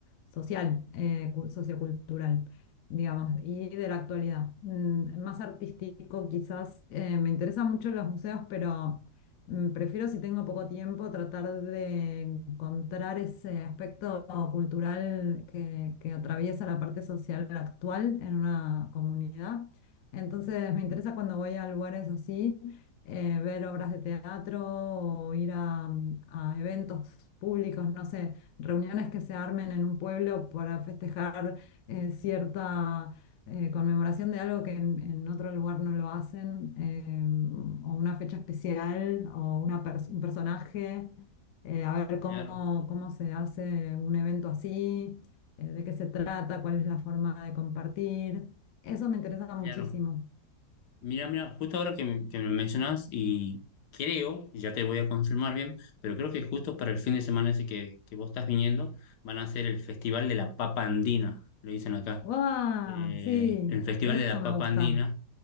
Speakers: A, on the left; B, on the left.
A: social, eh, cu- sociocultural, digamos, y de la actualidad. Mm, más artístico, quizás eh, me interesan mucho los museos, pero mm, prefiero si tengo poco tiempo tratar de encontrar ese aspecto cultural que, que atraviesa la parte social actual en una comunidad. Entonces me interesa cuando voy a lugares así, eh, ver obras de teatro o ir a, a eventos públicos, no sé, reuniones que se armen en un pueblo para festejar eh, cierta eh, conmemoración de algo que en, en otro lugar no lo hacen, eh, o una fecha especial, o una pers- un personaje, eh, a ver cómo,
B: claro,
A: cómo se hace un evento así, eh, de qué se trata, cuál es la forma de compartir. Eso me interesa muchísimo.
B: claro. Mira, mira, justo ahora que me, que me mencionas y creo, y ya te voy a confirmar bien, pero creo que justo para el fin de semana ese que, que vos estás viniendo, van a hacer el Festival de la Papa Andina, le dicen acá.
A: ¡Guau!
B: Eh,
A: Sí,
B: el Festival
A: eso
B: de la Papa
A: me gusta.
B: Andina,